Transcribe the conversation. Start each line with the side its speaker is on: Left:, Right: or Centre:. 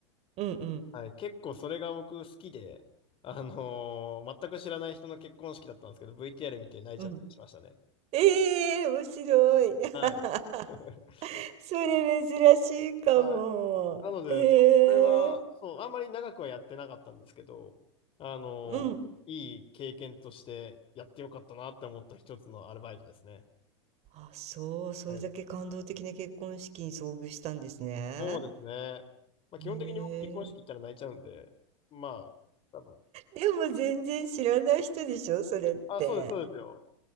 Right: うん、うん、
Left: はい。結構それが僕好きで、あのー全く知らない人の結婚式だったんですけど、VTR 見て泣いちゃったりしましたね。
Right: うん。ええ面白い。<laughs>
Left: はい。<laughs>
Right: それ珍しいかも。
Left: はい。なので、
Right: へえ。
Left: これは、そう、あんまり長くはやってなかったんですけど、あの、
Right: うん。
Left: いい経験としてやってよかったなって思った一つのアルバイトですね。
Right: あ、そう、それだけ感動的な結婚式に遭遇したんですね。
Left: はい。そうですね。まあ、基本的に僕結婚式行ったら泣いちゃうんで、
Right: へえ。
Left: まあ、多分。
Right: でも全然知らない人でしょ、それって。
Left: あ、そうです、そうですよ。